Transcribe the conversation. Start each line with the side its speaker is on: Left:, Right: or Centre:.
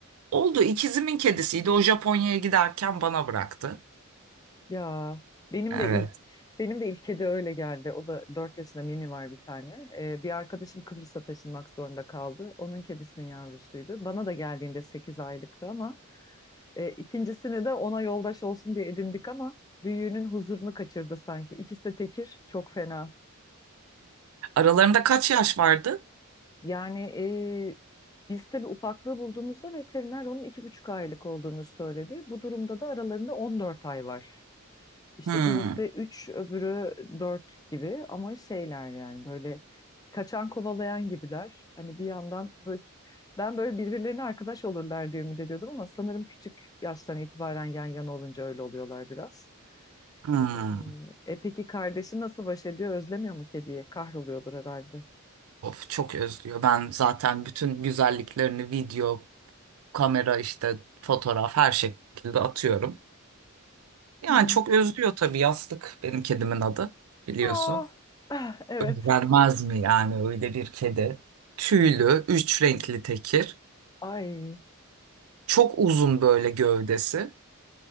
Right: Oldu ikizimin kedisiydi. O Japonya'ya giderken bana bıraktı.
Left: Ya benim
Right: Evet.
Left: de ilk benim de ilk kedi öyle geldi. O da 4 yaşında Mimi var bir tane. Ee, bir arkadaşım Kıbrıs'a taşınmak zorunda kaldı. Onun kedisinin yavrusuydu. Bana da geldiğinde 8 aylıktı ama E, ikincisini de ona yoldaş olsun diye edindik ama büyüğünün huzurunu kaçırdı sanki. İkisi de tekir, çok fena.
Right: Aralarında kaç yaş vardı?
Left: Yani e, biz tabii ufaklığı bulduğumuzda veteriner onun iki buçuk aylık olduğunu söyledi. Bu durumda da aralarında 14 ay var. İşte
Right: Hmm.
Left: birisi 3, öbürü 4 gibi ama şeyler yani böyle kaçan kovalayan gibiler. Hani bir yandan böyle ben böyle birbirlerine arkadaş olurlar diye ümit ediyordum ama sanırım küçük yaştan itibaren yan yana olunca öyle oluyorlar biraz.
Right: Hmm.
Left: Ee, E peki kardeşi nasıl baş ediyor? Özlemiyor mu kediyi? Kahroluyordur herhalde.
Right: Of çok özlüyor. Ben zaten bütün güzelliklerini video, kamera işte fotoğraf her şekilde atıyorum. Yani
Left: Hı.
Right: çok özlüyor tabii yastık benim kedimin adı biliyorsun.
Left: Ah, ah, evet.
Right: Vermez mi yani öyle bir kedi? Tüylü, üç renkli tekir.
Left: Ay,
Right: Çok uzun böyle gövdesi.